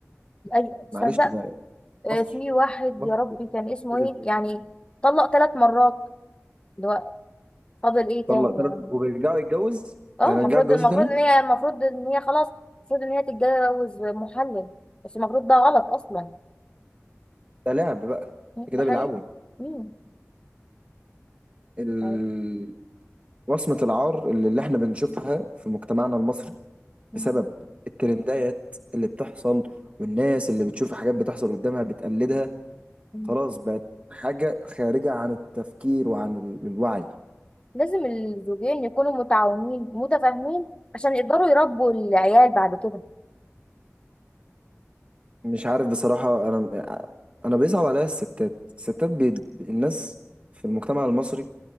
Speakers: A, on the left; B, on the right.
A: اي تصدق
B: معلش بقى
A: آه،
B: مصر
A: في واحد
B: مصر
A: يا ربي كان اسمه
B: كده
A: ايه
B: ازاي
A: يعني طلق ثلاث مرات اللي هو فاضل ايه تاني
B: طلق ثلاث
A: يعني
B: وبيرجعوا يتجوز
A: اه
B: يعني
A: المفروض
B: يرجعوا يتجوزوا
A: المفروض
B: تاني
A: ان هي المفروض ان هي خلاص المفروض ان هي تتجوز محلل بس المفروض ده غلط اصلا
B: ده لعب بقى
A: ده
B: كده
A: حقيقي
B: بيلعبوا
A: مم.
B: ال...
A: طيب.
B: وصمة العار اللي اللي احنا بنشوفها في مجتمعنا المصري
A: مم.
B: بسبب الترندات اللي بتحصل والناس اللي بتشوف حاجات بتحصل قدامها بتقلدها
A: مم.
B: خلاص بقت حاجة خارجة عن التفكير وعن ال- الوعي
A: لازم الزوجين يكونوا متعاونين متفاهمين عشان يقدروا يربوا العيال بعد كده
B: مش عارف بصراحة أنا أنا بيصعب عليا الستات الستات بي... الناس في المجتمع المصري